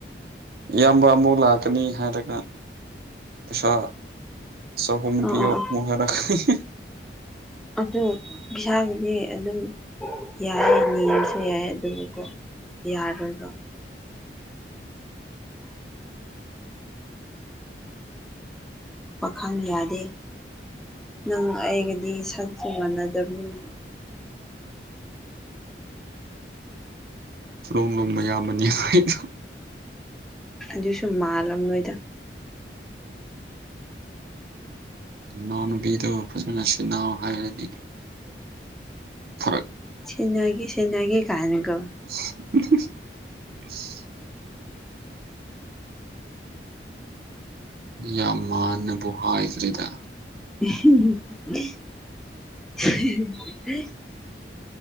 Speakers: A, on the right; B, in the centre.
A: ꯏꯌꯥꯝꯕ ꯑꯃꯨꯛ ꯂꯥꯛꯀꯅꯤ ꯍꯥꯏꯔꯒ ꯄꯩꯁꯥ ꯆꯍꯨꯝ
B: ꯑ ꯑ
A: ꯄꯤꯌꯣ
B: ꯑ
A: ꯃꯨꯛ ꯍꯥꯏꯔꯛꯀꯅꯤ
B: ꯑꯗꯨ ꯄꯩꯁꯥꯗꯨꯗꯤ ꯑꯗꯨꯝ ꯌꯥꯏꯌꯦ ꯃꯦꯟꯁꯦ ꯌꯥꯏ ꯑꯗꯨꯕꯨꯀꯣ ꯌꯥꯔꯣꯏꯕ ꯄꯥꯈꯪ ꯌꯥꯗꯦ ꯅꯪ ꯑꯩꯒꯗꯤ ꯁꯛꯁꯨ ꯃꯥꯟꯅꯗꯕꯅꯤ
A: <unintelligible> ꯃꯌꯥꯝꯕꯅꯤ ꯍꯥꯏꯗꯔꯣ
B: ꯑꯗꯨꯁꯨ ꯃꯥꯜꯂꯝ ꯂꯣꯏꯗ
A: ꯅꯅꯥꯎꯅꯨꯄꯤꯗꯣ ꯐꯖꯅ ꯁꯦꯟꯅꯧ ꯍꯥꯏꯔꯗꯤ ꯐꯨꯔꯛ
B: ꯁꯦꯟꯅꯒꯦ ꯁꯦꯟꯅꯒꯦ ꯀꯥꯏꯅꯒꯥ
A: <inaudible> ꯌꯥꯝ ꯃꯥꯟꯅꯕꯨ ꯍꯥꯏꯈ꯭ꯔꯦꯗ
B: <unintelligible>